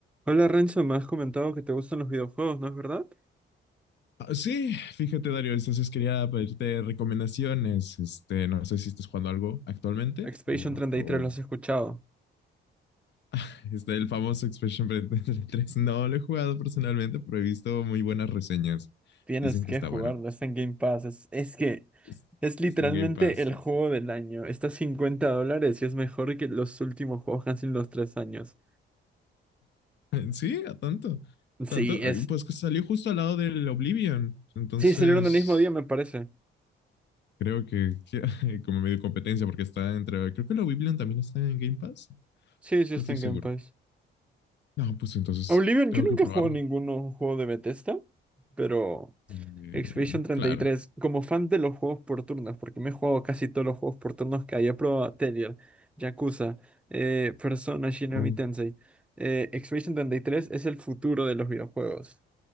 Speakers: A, in the centre; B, on the left (about 60°).
A: Hola Renzo, me has comentado que te gustan los videojuegos, ¿no es verdad?
B: Ah, Sí, fíjate, Dario, entonces quería pedirte recomendaciones. Este, no sé si estás jugando algo actualmente
A: Expedition
B: o,
A: treinta
B: o-
A: y tres, los has escuchado.
B: <laughs> este, el famoso Expression <laughs> 3. No lo he jugado personalmente, pero he visto muy buenas reseñas.
A: Tienes
B: Dicen que
A: que
B: está
A: jugarlo,
B: bueno.
A: está en Game Pass. Es, es que
B: Es-
A: es literalmente
B: Está en Game Pass.
A: el
B: <laughs>
A: juego del año. Está a 50 dólares y es mejor que los últimos juegos que han sido en los tres años.
B: Sí, a tanto.
A: Sí,
B: Tanto,
A: es.
B: eh, pues que salió justo al lado del Oblivion. Entonces,
A: Sí, salieron el mismo día, me parece.
B: creo que, que- <laughs> como medio competencia, porque está entre. Creo que el Oblivion también está en Game Pass.
A: Sí, sí, está
B: No estoy
A: en
B: seguro.
A: Game Pass.
B: No, pues entonces
A: Oblivion,
B: tengo
A: yo nunca
B: que probarlo.
A: he jugado ningún juego de Bethesda, pero
B: Eh,
A: Expedition treinta
B: claro.
A: y tres como fan de los juegos por turnos, porque me he jugado casi todos los juegos por turnos que hay, he probado Telier, Yakuza, eh, Persona, Shinigami
B: Oh,
A: Tensei. eh, Expedition treinta y tres es el futuro de los videojuegos.